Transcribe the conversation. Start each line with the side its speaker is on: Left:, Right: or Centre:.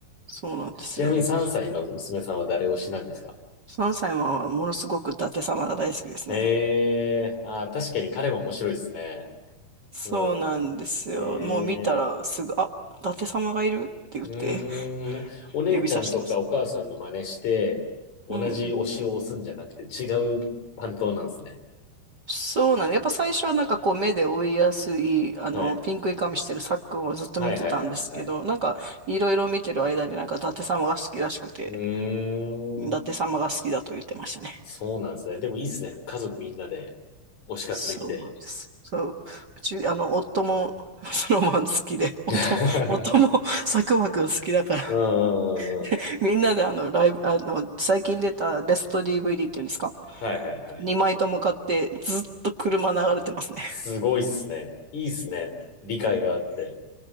Right: そうなんですよ。
Left: ちなみに3歳の娘さんは誰推しなんですか
Right: 3歳はものすごく伊達様が大好きですね。
Left: えー、あ確かに彼も面白いですね。
Right: そうなんですよ。
Left: うん。えー
Right: もう見たらすぐ、あ、伊達様がいるって言って
Left: うーん、
Right: <laughs>
Left: お姉ちゃんとかお母さんの真似して、
Right: 指さしてます。
Left: 同じ推しを押すんじゃなくて違う担当なんですね。
Right: うん。そうなのやっぱ最初はなんかこう目で追いやすい、あの、
Left: はい。
Right: ピンクい髪してるさっくんをずっと見てたんですけど、
Left: はいはいはいはい。
Right: なんかいろいろ見てる間になんか伊達様が好きらしくて、
Left: うーん、
Right: 伊達様が好きだと言ってましたね。
Left: そうなんですね。でもいいですね。家族みんなで推し活できて。
Right: そうなんです。そう、うち、あの、夫もソロマン好きで、<laughs> 夫も、
Left: <laughs>
Right: 夫も佐久間くん好きだから、
Left: うんうんうんうん。
Right: <laughs> みんなであの、ライブ、あの、最近出たベスト DVD っていうんですか
Left: はいはいはい。
Right: ?2 枚とも買ってずっと車流れてますね。
Left: すごいっすね。いいっすね。理解があって。